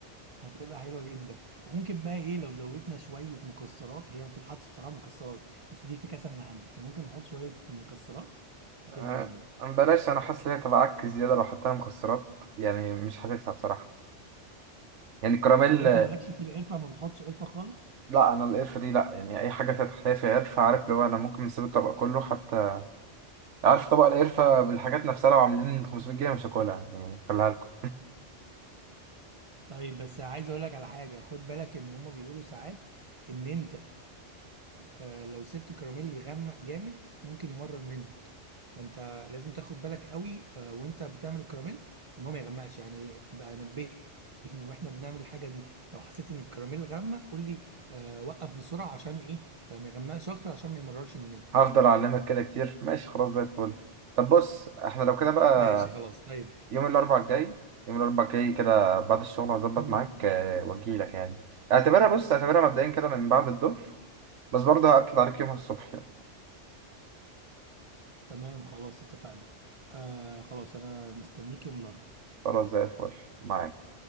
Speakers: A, on the right; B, on the right.
A: هتبقى حلوه جدا وممكن بقى ايه لو زودنا شويه مكسرات هي ما بتتحطش بصراحه مكسرات بس دي افتكاسه من عندي احنا ممكن نحط شويه مكسرات هتبقى
B: آه،
A: جامده
B: بلاش أنا حاسس إن هي تبقى عك زيادة لو حطينا مكسرات يعني مش حاسسها بصراحة يعني الكراميل
A: طب انت مالكش في القرفه ما بتحطش قرفه خالص
B: لأ أنا القرفة دي لأ يعني أي حاجة فيها تحلية فيها قرفة عارف لو أنا ممكن نسيب الطبق كله حتى عارف طبق القرفة بالحاجات نفسها لو عاملين 500 جنيه مش هاكلها يعني خليها لكم
A: طيب بس عايز اقول لك على حاجه خد بالك ان هما بيقولوا ساعات ان انت آه، لو سبت الكراميل يغمق جامد ممكن يمرر منك فانت لازم تاخد بالك قوي آه، وانت بتعمل الكراميل ان هو ما يغمقش يعني يبقى نبهني واحنا بنعمل الحاجه دي لو حسيت ان الكراميل غمق قول لي آه، وقف بسرعه عشان ايه آه، ما يغمقش اكتر عشان ما يمررش مننا
B: هفضل اعلمك كده كتير ماشي خلاص زي الفل طب بص احنا لو كده بقى
A: ماشي خلاص طيب
B: يوم الاربعاء الجاي يوم الاربعاء الجاي كده بعد الشغل هظبط
A: مم.
B: معاك آه، واجيلك يعني اعتبرها بص اعتبرها مبدئيا كده من بعد الظهر بس برضه هأكد عليك يومها الصبح يعني
A: تمام خلاص اتفقنا آه خلاص انا مستنيك يوم الاربعاء
B: خلاص زي الفل معاك